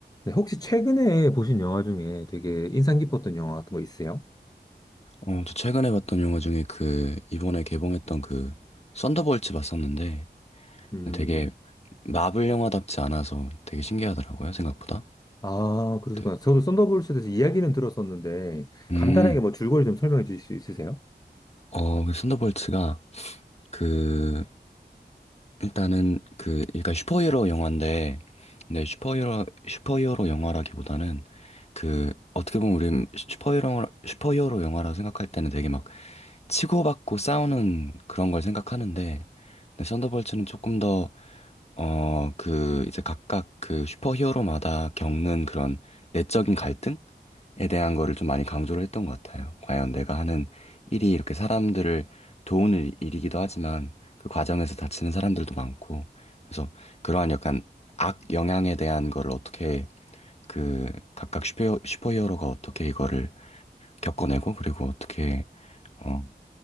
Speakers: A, on the left; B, on the left.
A: 네, 혹시 최근에 보신 영화 중에 되게 인상 깊었던 영화 같은 거 있으세요?
B: 어, 저 최근에 봤던 영화 중에 그, 이번에 개봉했던 그, 썬더볼츠 봤었는데,
A: 음,
B: 되게 마블 영화답지 않아서 되게 신기하더라고요, 생각보다.
A: 아, 그러시구나.
B: 네.
A: 저도 썬더볼스에 대해서 이야기는 들었었는데,
B: 음,
A: 간단하게 뭐 줄거리 좀 설명해 주실 수 있으세요?
B: 어, 그 썬더볼츠가 그, 일단은 그, 그러니까 슈퍼히어로 영화인데, 근데 슈퍼히어로, 슈퍼히어로 영화라기보다는 그, 어떻게 보면 우리 슈퍼히어로, 슈퍼히어로 영화라 생각할 때는 되게 막 치고받고 싸우는 그런 걸 생각하는데, 근데 썬더볼츠는 조금 더 어, 그, 이제 각각 그 슈퍼히어로마다 겪는 그런 내적인 갈등에 대한 거를 좀 많이 강조를 했던 것 같아요. 과연 내가 하는 일이 이렇게 사람들을 도우는 일- 일이기도 하지만 그 과정에서 다치는 사람들도 많고, 그래서 그러한 약간 악 영향에 대한 거를 어떻게 그 각각 슈퍼, 슈퍼히어로가 어떻게 이거를 겪어내고 그리고 어떻게 어,